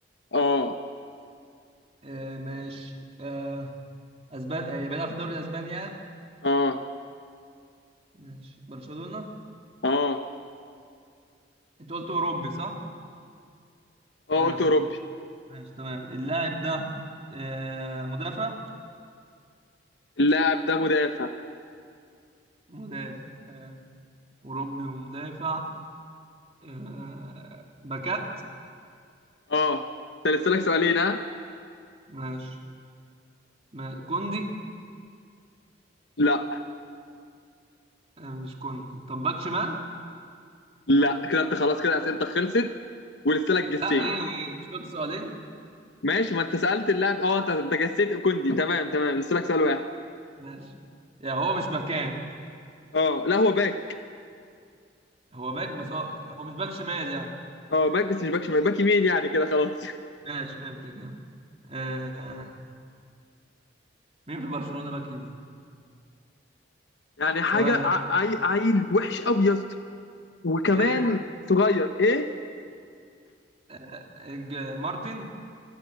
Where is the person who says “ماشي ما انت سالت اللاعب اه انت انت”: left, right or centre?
Left